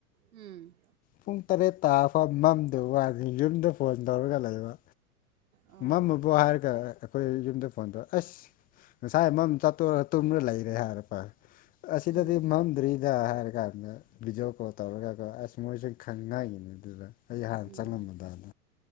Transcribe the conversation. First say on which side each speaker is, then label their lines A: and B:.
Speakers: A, on the right; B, on the left.
A: ꯎꯝ꯫
B: ꯄꯨꯡ ꯇꯔꯦꯠ ꯇꯥꯔ ꯐꯥꯎ ꯃꯝꯗꯕ ꯋꯥꯅꯤ ꯌꯨꯝꯗ ꯐꯣꯟ ꯇꯧꯔꯒ ꯂꯩꯕ꯫
A: ꯑꯣ
B: ꯃꯝꯑꯕꯣ ꯍꯥꯏꯔꯒ ꯑ ꯑꯩꯈꯣꯏ ꯌꯨꯝꯗ ꯐꯣꯟ ꯇꯧꯑꯦ ꯑꯁ ꯉꯁꯥꯏ ꯃꯝ ꯆꯥꯇꯣꯛꯔꯒ ꯇꯨꯝꯔ ꯂꯩꯔꯦ ꯍꯥꯏꯔꯛꯄ ꯋꯥ꯫ ꯑꯁꯤꯗꯗꯤ
A: ꯎꯝ
B: ꯃꯝꯗ꯭ꯔꯤꯗ ꯍꯥꯏꯔ ꯀꯥꯟꯗ ꯚꯤꯗꯤꯑꯣ ꯀꯣꯜ ꯇꯧꯔꯒꯀ ꯑꯁ ꯃꯣꯏꯁꯨ ꯈꯪꯉꯛꯏꯅꯤ ꯑꯗꯨꯗ ꯑꯩ ꯍꯥꯟꯅ
A: ꯎꯝ
B: ꯆꯪꯉꯝꯕꯗꯥꯅ꯫